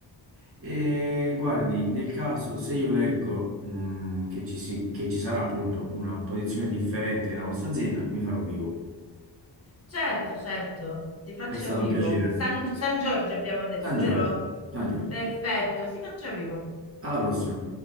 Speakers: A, on the right; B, on the left.
A: e guardi, nel caso se io leggo, mh, che ci si- che ci sarà appunto una posizione differente nella vostra azienda, mi farò vivo.
B: Certo, certo, si faccia
A: È stato
B: vivo.
A: un piacere.
B: San, San Giorgio abbiamo detto,
A: San Giorgio,
B: vero?
A: San Giorgio.
B: Perfetto, si faccia vivo.
A: Alla prossima.